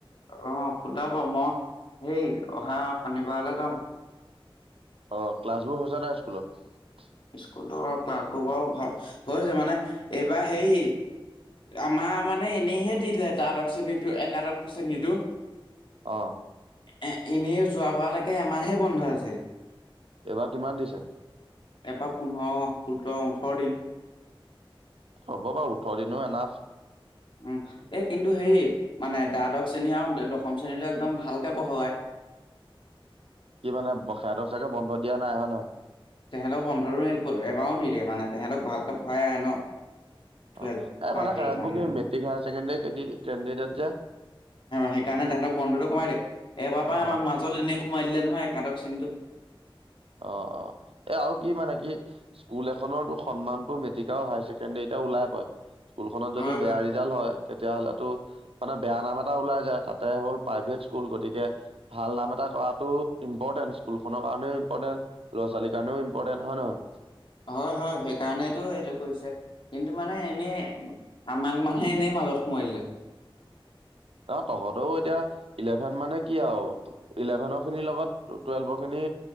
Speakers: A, on the left (about 60°); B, on the right (about 80°).
A: অ খোল ক মই <unintelligible> সেই অহা শনিবাৰলৈ যাম
B: অ', ক্লাছ বোৰ হৈছো নাই স্কুলত
A: স্কুলৰ ক্লাছবোৰ বাৰু ভাল হৈছে মানে এইবাৰ হেই আমাৰ মানে এনেইহে দিলে তাৰক শ্ৰেণীটো একাদশ শ্ৰেণীটো
B: অ',
A: এ, এনেই যোৱাবাৰলৈকে এমাহে বন্ধ আছিল
B: এইবাৰ কিমান দিছে
A: এবাৰ পোন্ধৰ সোতৰ ওঠৰ দিন
B: হ'ব ভ উঠলি ন এ নফ
A: উম এ কিন্তু হেৰি মানে দ্বাদশ শ্ৰেণী আৰু দশম শ্ৰেণীটো একদম ভালকে পঢ়োৱায় <inaudible>
B: কি মানে ব খে দচাকে বন্ধ দিয়া নাই হয় নে নহয়
A: তেহেঁতক পোন্ধৰ মিনিট এবাৰও নিদিয়ে মানে তেহেঁতক ভালকে পঢ়াই আহে ন টুৱেলভ
B: অ', এ
A: বা
B: মানেৰ
A: সেইকাৰণে
B: কি মেট্ৰিক হায়কণ্ডডট যে <unintelligible>
A: সেইকাৰণে তাহাঁতক বন্ধটো কমাই দেক এবাৰ পাই
B: অ
A: আমাক মাজত এনে সোমাই দিলে নহয় একাদশ শ্ৰেণীটো
B: অ', অ', এ আৰু কি মানে কি স্কুল এখনৰতো সন্মানতটো মেট্ৰিকও হায়াৰ ছেকেণ্ডৰীত এয়া ওলাই পয় স্কুলখনত
A: হয়,
B: যদি বেয়া
A: হয়।
B: ৰিজাল্ট হয় তেতিয়াাহলেতো মানে বেয়া নাম এটা ওলাই যায় তাতে হ'ল প্ৰাইভেট স্কুল গতিকে ভাল নাম এটা কৰা ইম্পৰ্টেন্ট স্কুলখনৰ কাৰণনেও ইম্পৰ্টেন্ট ল'ৰা ছালীৰ কাৰণনেও ইম্পৰ্টেন্ট হয় নহয়
A: হয়, হয় সেইকাৰণেতটো এইটো কৰিছে কিন্তু মানে এনেই আমাক মানে এনে আস ম আহে <unintelligible>
B: ন তহঁতেও এতিয়া ইলেভেন মানে কি আৰু ইলেভেনৰ খিনিৰ লগত টুৱেলভৰ খিনি